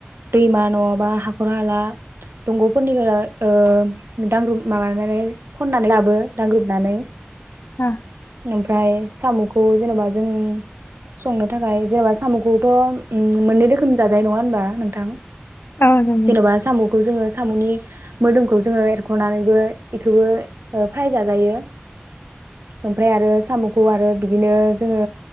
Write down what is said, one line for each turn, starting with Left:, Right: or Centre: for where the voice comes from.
Right: दैमा नङाबा हाखर हाला दंग'फोरनिफ्राय ओ दांग्रुम माबानानै खननानै लाबो दांग्रोमनानै
Left: आ
Right: ओमफ्राय साम'खौ जेनेबा जों संनो थाखाय जेनेबा साम'खौथ' उम मोननै रोखोमनि जाजायो। नङा होनबा नोंथां?
Left: औ जागोन
Right: जेनेबा साम' खौ जोङो सामुनि मोदोमखौ जोङो एरख'नानैबो इखोबो ओ फ्राय जाजायो ओमफ्राय आरो साम'खौ आरो बिदिनो जोङो